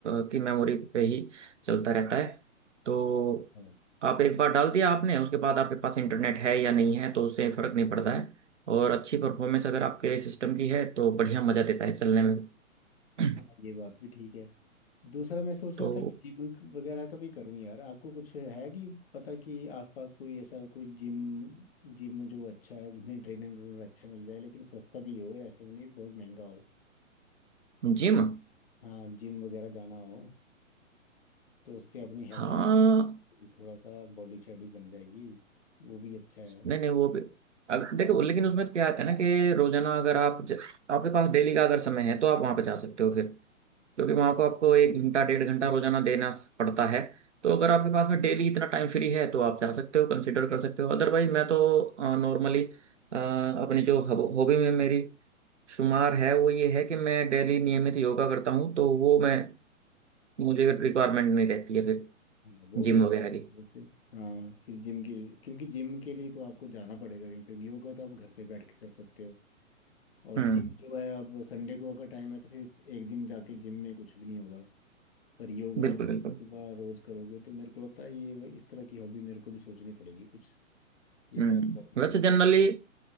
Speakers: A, on the right; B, on the left.
A: अ, की मेमोरी पे ही चलता रहता है तो
B: हाँ
A: आप एक बार डाल दिया आपने उसके बाद आपके पास इंटरनेट है या नहीं है तो उससे फ़र्क नहीं पड़ता है और अच्छी परफॉर्मेंस अगर आपके सिस्टम की है तो बढ़िया मज़ा देता है चलने में <clears throat>
B: हाँ, ये बात भी ठीक है दूसरा मैं सोच
A: तो
B: रहा था कि जिम वगैरह का भी करूं यार आपको कुछ है कि पता कि आसपास कोई ऐसा कोई जिम जिम जो अच्छा है जिसमें ट्रेनर अच्छा मिल जाए लेकिन सस्ता भी हो ऐसा भी नहीं बहुत महंगा हो
A: जिम
B: हाँ जिम वगैरह जाना हो तो उससे अपनी हेल्थ
A: हाँ
B: भी थोड़ा सा बॉडी चौड़ी बन जाएगी वो भी अच्छा है
A: नहीं नहीं वो भी अगर देखो लेकिन उसमें क्या आता है ना कि रोजाना अगर आप ज- आपके पास डेली का अगर समय है तो आप वहाँ पे जा सकते हो फिर क्योंकि वहां
B: हाँ
A: को आपको एक घंटा डेढ़ घंटा रोजाना देना पड़ता है तो अगर आपके पास में डेली इतना टाइम फ्री है तो आप जा सकते हो कंसिडर कर सकते हो अदरवाइज मैं तो नॉर्मली अपनी जो हॉबी में मेरी शुमार है वो ये है कि मैं डेली नियमित योगा करता हूँ तो वो मैं मुझे रिक्वायरमेंट नहीं रहती है फिर
B: हाँ, वो
A: जिम
B: भी अच्छा
A: वगैरह की
B: है वैसे हाँ फिर जिम के क्योंकि जिम के लिए तो आपको जाना पड़ेगा कहीं पे योगा तो आप घर पे बैठ के कर सकते हो और
A: हम्म
B: जिम जो है अब संडे को अगर टाइम है तो फिर एक दिन जाके जिम में कुछ भी नहीं होगा पर योगा
A: बिल्कुल
B: आप सुबह
A: बिल्कुल
B: रोज करोगे तो मेरे को लगता है ये इस तरह की हॉबी मेरे को भी सोचनी पड़ेगी कुछ ये
A: हम्म
B: बात तो आपने
A: वैसे
B: ठीक
A: जनरली